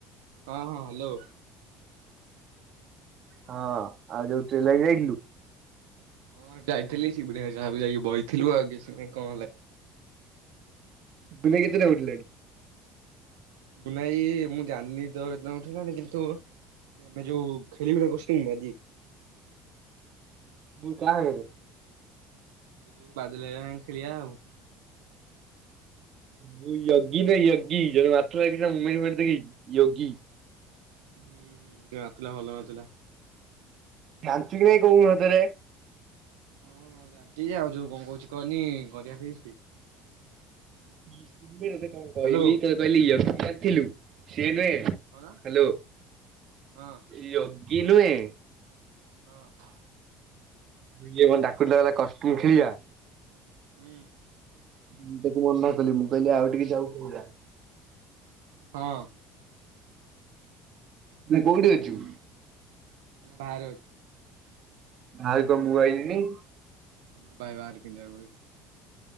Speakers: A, on the right (about 85°); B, on the right (about 50°).
A: ହଁ, ହଁ ହ୍ୟାଲୋ।
B: ହଁ ଆଉ ଯୋଉ ଟ୍ରେଲାଇନ୍ ଯାଇଥିଲୁ?
A: ହଁ ଯାଇଥିଲି ସିପୁନୁ ଭାଇ ସାଙ୍ଗରେ ମୁଁ ଯାଇକି ବଇଥିଲୁ ଆଉ କିଛି ନାଇଁ, କଣ ହେଲା?
B: ତୁମେ
A: ହଁ
B: କେତେଟା ଉଠଲଣି?
A: ନାଇଁ ମୁଁ ଜାଣିନି ତ ଏ ଉଠ ନାଣି କିନ୍ତୁ ମେ ଯୋଉ ଖେଳି ଭେଳି ଗୋଷ୍ଟି ଆଜି
B: ମୁଁ କା ଆଗରେ
A: ଏଇ ଯୋଉ ବାଦଲ ହେବା ଖେଳୀଆ ଆଉ
B: ମୁଁ ୟଗି ନ ୟଗୀ ଜଣେ ମା ଲାଗି ମୁଁ ଦେଖି ୟଗୀ
A: ହୁଁ ହୁଁ ସେ ନାଚିଲା ଭଲ ନାଚିଲା।
B: ଜାଣିଛୁ କି ନାଇଁ କଉନୁ ସତରେ
A: ହଁଁ ଜାଣିଚି ଯେ ଆଉ ଯୋଉ କଣ କହୁଛି କନି କରିଆ ଫିଷ୍ଟ।
B: କହିଲ କଣ କହିଲି
A: ହ୍ୟାଲୋ
B: ତତ କହିଲି ୟ ଥିଲୁ ସି ନୁହେଁ ହ୍ୟାଲୋ
A: କଣ ହଁ
B: ୟୋଗୀ ନୁହେଁ
A: ହଁ
B: କିଏ କଣ ଡାକୁଥିଲା କାଇଲା କଷ୍ଟୁମ୍ ଖେଳିବା
A: ହୁଁ
B: ମୁଁ ତାକୁ ମନା କଲି ମୁଁ କହିଲି ଆଉ ଟିକେ ଯାଉ ଖେଳିବା।
A: ହଁ
B: କୋଉଠି ଅଛୁ?
A: ବାହାରେ ଅଛି।
B: ଆହୁରି କଣ ମୁଁ ଆଇଲିନି।
A: ମୁଁ ଭାଇବହାର ପିନ୍ଧା